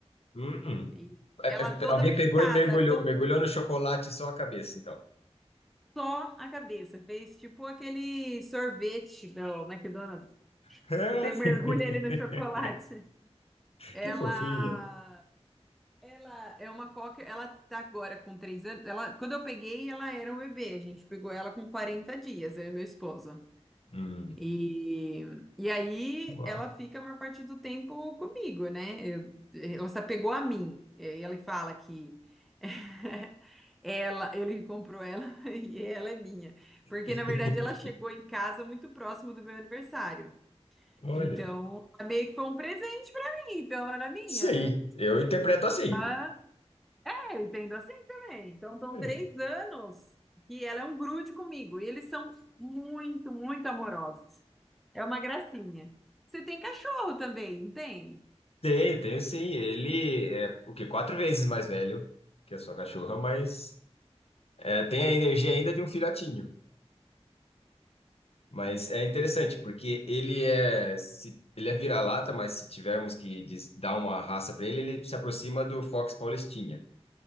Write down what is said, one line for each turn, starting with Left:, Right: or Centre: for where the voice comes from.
Left: Hum. hum.
Centre: E
Left: É,
Centre: ela
Left: é,
Centre: toda
Left: Alguém
Centre: pintada,
Left: pegou e mergulhou,
Centre: como
Left: mergulhou no chocolate só a cabeça, então.
Centre: só a cabeça. Fez tipo aquele sorvete do McDonald's.
Left: <laughs>
Centre: Você mergulha ele no chocolate. Ela
Left: Que fofinha.
Centre: Ela é uma cocker, ela tá agora com três anos. Ela, quando eu peguei, ela era um bebê. A gente pegou ela com 40 dias, eu e meu esposo.
Left: Hum.
Centre: E, e aí
Left: Uau.
Centre: ela fica a maior parte do tempo comigo, né? Eu, ela se apegou a mim. E aí ele fala que <laughs> ela, ele comprou ela <laughs> e ela é minha. Porque,
Left: <laughs>
Centre: na verdade, ela chegou em casa muito próximo do meu aniversário.
Left: Olha.
Centre: Então, ela meio que foi um presente pra mim, então era minha,
Left: Sim,
Centre: né?
Left: eu interpreto assim.
Centre: Ah, Eu entendo assim também. Então, estão
Left: É.
Centre: três anos e ela é um grude comigo. E eles são muito, muito amorosos. É uma gracinha. Você tem cachorro também, não tem?
Left: Tenho, tenho sim. Ele é o quê? Quatro vezes mais velho que a sua cachorra, mas é, tem a energia ainda de um filhotinho. Mas é interessante, porque ele é, se- ele é vira-lata, mas se tivermos que des- dar uma raça para ele, ele se aproxima do Fox Paulistinha,